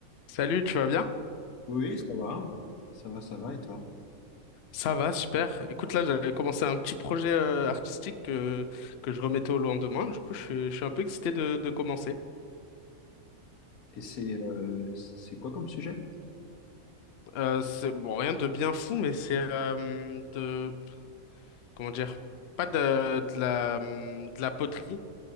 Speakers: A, on the left; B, on the left.
A: Salut, tu vas bien?
B: Oui, oui, ça va. Ça va, ça va, et toi?
A: Ça va, super. Écoute, là, j'avais commencé un petit projet euh, artistique que, que je remettais au lendemain. Du coup, je suis, je suis un peu excité de, de commencer.
B: Et c'est euh, c'est quoi comme sujet?
A: Euh, c'est bon, rien de bien fou, mais c'est euh, de comment dire, pas de, de la hum, de la poterie,